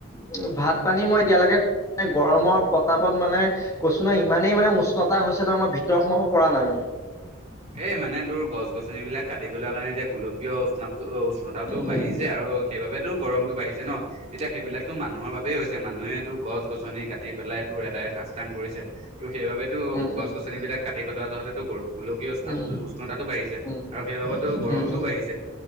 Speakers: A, on the left (about 15°); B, on the right (about 35°).
A: উ, ভাত, পানী মই এতিয়ালৈকে গৰমৰ প্ৰতাপত মানে কৈছো ন, ইমানেই মানে উষ্ণতা হৈছে ন, আমাৰ ভিতৰত সোমাব পৰা নাই মানে।
B: এ, মানে তোৰ গছ, গছনিবলাক কাটিবলৈ কাৰণে এতিয়া গোলকীয় নাপ। উষ্ণতা
A: উম
B: বাঢ়ি যায় আৰু সেইবাবেতো গৰমতটো বাঢ়ি যায় ন। এতিয়া সেইবিলাকো মানুহৰ বাবেই হৈছে, মানুহেটো গছ, গছনি কাটি পেলাই তো এদায় খাজ্তাং কৰিছে। ত, সেইবাবেতো
A: উম
B: গছ,
A: উম
B: গছন বিলাক কাটি পেলোৱা যহতে গ গোলকীয়। উষ্ণত,
A: উম
B: উষ্ণতাটো বাঢ়িছে
A: উম উম
B: আৰু সেইবাবেতো গৰমটোও
A: উম উম
B: বাঢ়িছে।